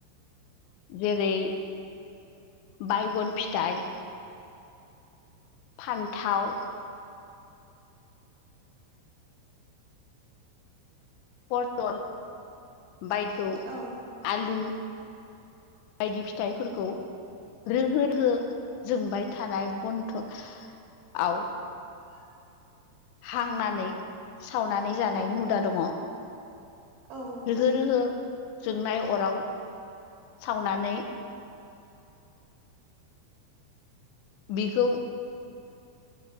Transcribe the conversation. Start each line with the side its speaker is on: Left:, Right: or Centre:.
Left: जेरै बायगन फिथाइ फान्थाव पटल बायधुखौ
Right: औ
Left: आलु बायदि फिथाइफोरखौ रोहो रोहो जोंबाय थानाय बन्थआव
Right: <inaudible>
Left: हांनानै सावनानै जानायनि हुदा दङ।
Right: औ
Left: रोहो रोहो जोंनाय अराव सावनानै बेखौ